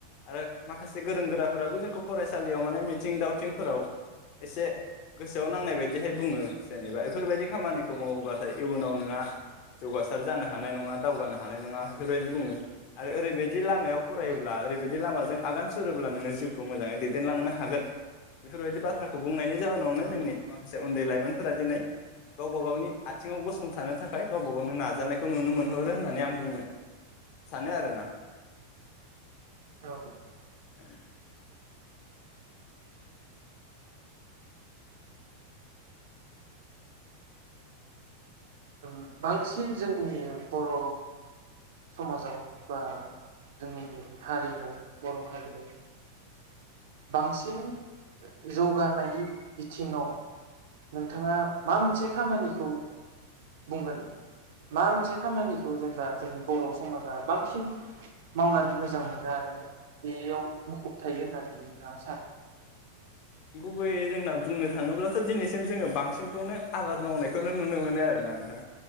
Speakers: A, on the left (about 45°); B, on the right (about 55°).
A: आरो माखासे गोरों गोराफोराबो जोंखौ फरायसालियाव माने मिथिं दावथिंफोराव एसे गोसोआव नांनाय बायदिहाय बुंङो जेनेबा बेफोरबायदि खामानिखौ मावोबाथाय इयुनाव नोंहा जौगासार जानो हानाय नङा दावगानो हानाय नङा इफोरबायदि बुङो आरो ओरैबायदि लामायाव फरायोब्ला
B: औ
A: ओरैबायदि लामाजों आगान सुरोब्ला नोंङो जिउखौ मोजाङै दैदेनलांनो हागोन इफोरबायदि बाथ्राखौ बुंनायनि जाउनावनो
B: औ
A: जोंनि माखासे उन्दै लाइमोनफोरा दिनै गावबा गावनि आथिंङाव गसंथानो थाखाय गावबा गावनो नाजानायखौ नुनो मोनहरो होननानै आं बुंनो सानो आरोना।
B: औ
A: ओम
B: ओ बांसिन जोंनि बर' समाजाव बा जोंनि हारियाव बर' हारियाव बांसिन जौगानाय बिथिंङाव नोंथांङा मा मोनसे खामानिखौ बुंगोन मा मोनसे खामानिखौ जेनेबा जोंनि बर' समाजा बांसिन मावनानै मोजां मोनो आरो बेयाव मुखुब थायो होननानै। नोंथाङा सानो?
A: गुबैयै जोंना बुंनो थाङोब्लाथ' दिनैसिम जोङो बांसिनखौनो आबाद मावनायखौनो नुनो मोनो आरोना नोंथां